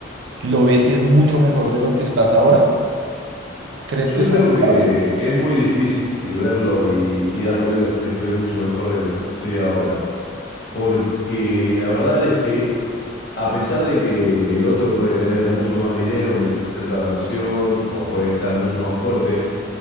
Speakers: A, on the right; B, on the left.
A: lo ves y es mucho mejor de lo que estás ahora. ¿Crees
B: Yo
A: que es
B: creo
A: Mm.
B: que,
A: saludable?
B: que es muy difícil verlo y, y darme cuenta que estoy mucho mejor de lo que estoy ahora. Porque la verdad es que a pesar de que el otro puede tener mucho más dinero, mi otra versión, o puede estar mucho más fuerte,